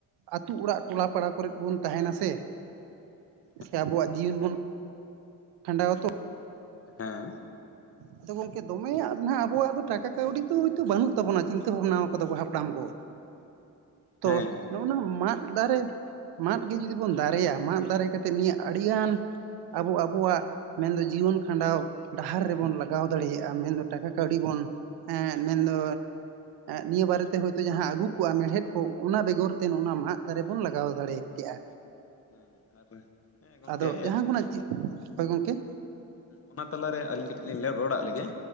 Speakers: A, on the right; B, on the left.
A: ᱟᱹᱛᱩ ᱚᱲᱟᱜ ᱴᱚᱞᱟ ᱯᱟᱲᱟ ᱠᱚᱨᱮᱫ ᱵᱚᱱ ᱛᱟᱦᱮᱱᱟ ᱥᱮ
B: <inaudible>
A: ᱥᱮ ᱟᱵᱚᱣᱟᱜ ᱡᱤᱭᱚᱱ ᱵᱚᱱ ᱠᱷᱟᱸᱰᱟ ᱟᱛᱚ
B: ᱦᱮᱸ
A: ᱟᱫᱚ ᱜᱚᱝᱠᱮ ᱫᱚᱢᱮᱭᱟᱜ ᱱᱟᱜ ᱟᱵᱚᱣᱟᱜ ᱫᱚ ᱴᱟᱠᱟ ᱠᱟᱹᱣᱰᱤ ᱫᱚ ᱛᱤᱛ ᱵᱟᱹᱱᱩᱜ ᱛᱟᱵᱚᱱᱟ ᱪᱤᱱᱛᱟᱹ ᱵᱷᱟᱵᱱᱟ ᱟᱠᱟᱫᱟᱵ ᱦᱟᱯᱲᱟᱢ ᱠᱚ᱾ ᱛᱚ
B: ᱦᱮᱸ
A: ᱱᱚᱜᱼᱚᱱᱟ ᱢᱟᱫ ᱫᱟᱨᱮ ᱢᱟᱫ ᱜᱮ ᱡᱩᱫᱤ ᱵᱚᱱ ᱫᱟᱨᱮᱭᱟ ᱢᱟᱫ ᱫᱟᱨᱮ ᱠᱟᱛᱮ ᱱᱤᱭᱟᱹ ᱟᱹᱰᱤᱜᱟᱱ ᱟᱵᱚ ᱟᱵᱚᱣᱟᱜ ᱢᱮᱱ ᱫᱚ ᱡᱤᱭᱚᱱ ᱠᱷᱟᱸᱰᱟᱣ ᱰᱟᱦᱟᱨ ᱨᱮᱵᱚᱱ ᱞᱟᱜᱟᱣ ᱫᱟᱲᱮᱭᱟᱜᱼᱟ ᱢᱮᱱ ᱫᱚ᱾ ᱴᱟᱠᱟ ᱠᱟᱹᱣᱰᱤ ᱵᱚᱱ ᱮᱸ ᱢᱮᱱ ᱫᱚ ᱱᱤᱭᱟᱹ ᱵᱟᱨᱮᱛᱮ ᱦᱳᱭᱛᱳ ᱡᱟᱦᱟᱸ ᱟᱹᱜᱩ ᱠᱚᱜᱼᱟ ᱢᱮᱲᱦᱮᱫ ᱠᱚ ᱚᱱᱟ ᱵᱮᱜᱚᱨ ᱛᱮ ᱚᱱᱟ ᱢᱟᱫ ᱫᱟᱨᱮ ᱵᱚᱱ ᱞᱟᱜᱟᱣ ᱫᱟᱲᱮ ᱠᱮᱼᱟ᱾
B: ᱦᱮᱸ ᱟᱨ ᱦᱮᱸ ᱜᱚᱝᱠᱮ
A: ᱟᱫᱚ ᱡᱟᱦᱟᱸ ᱠᱷᱚᱱᱟᱜ ᱪᱮᱫ ᱦᱳᱭ ᱜᱚᱝᱠᱮ
B: ᱚᱱᱟ ᱛᱟᱞᱟᱨᱮ ᱟᱹᱞᱤᱧ ᱠᱟᱹᱴᱤᱡ ᱞᱤᱧ ᱨᱚᱲᱟᱜ ᱞᱮᱜᱮ᱾